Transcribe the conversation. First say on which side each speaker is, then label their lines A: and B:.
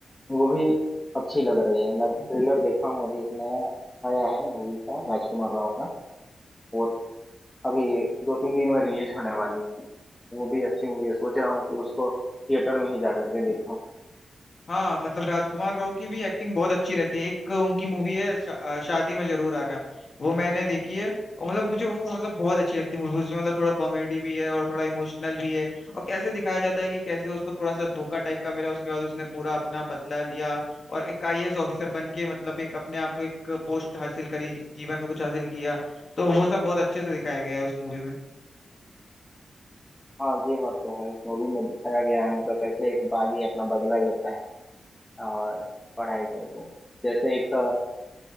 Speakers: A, on the left; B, on the left.
A: वो भी अच्छी लग रही है मैं ट्रेलर देखा हूँ अभी एक नया आया है मूवी का राजकुमार राव का वो अभी दो तीन दिन में रिलीज होने वाली है वो भी अच्छी मूवी है सोच रहा हूँ कि उसको थिएटर में ही जा करके देखूँ
B: हाँ मतलब राजकुमार राव की भी एक्टिंग बहुत अच्छी रहती है एक उनकी मूवी है शा, अ, शादी में जरूर आना वो मैंने देखी है और मतलब मुझे वो मतलब बहुत अच्छी लगती है मूवी उसमें मतलब थोड़ा कॉमेडी भी है और थोड़ा इमोशनल भी है और कैसे दिखाया जाता है कि कैसे उसको थोड़ा सा धोखा टाइप का मिला उसके बाद उसने पूरा अपना बदला लिया और एक आईएएस ऑफिसर बन के मतलब एक अपने आप को एक पोस्ट हासिल करी जीवन में कुछ हासिल किया तो वो सब बहुत अच्छे से दिखाया गया है उस मूवी में
A: हाँ ये बात तो है उस मूवी में दिखाया गया है मतलब कैसे एक बागी अपना बदला लेता है और पढ़ाई करके जैसे एक